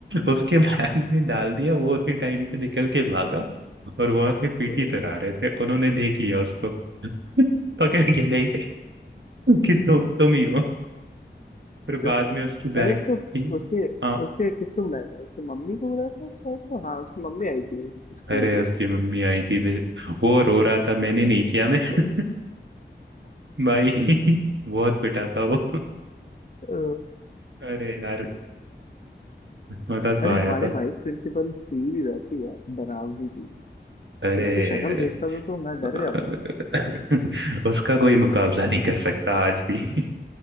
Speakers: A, on the right (about 80°); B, on the left (about 45°).
A: उसके बैग में डाल दिया वो उसी टाइम पे निकल के भागा और वहां से पीटी
B: ओ
A: तरह
B: भाई।
A: रहे थे उन्होंने देख लिया उसको <laughs> पकड़ के ले गए कि तु, तुम ही हो फिर
B: <laughs>
A: बाद में उसकी
B: अरे
A: बैग
B: उसको
A: की
B: उसके
A: हाँ
B: उसके किसको बुलाया था उसकी मम्मी को बुलाया था शायद से हाँ उसकी मम्मी आई थी स्कूल
A: अरे
B: पे
A: उसकी मम्मी आई थी बेचारी। वो रो रहा था मैंने नहीं किया मैं <laughs>
B: <laughs>
A: भाई बहुत पिटा था वो
B: अ,
A: अरे यार मजा तो
B: अरे
A: आया
B: हमारे
A: था
B: वाइस प्रिंसिपल थी भी वैसी है डरावनी सी
A: अरे
B: मैं उसकी शक्ल देखता था तो मैं डर
A: <laughs>
B: जाता था
A: उसका कोई मुकाबला नहीं कर सकता आज भी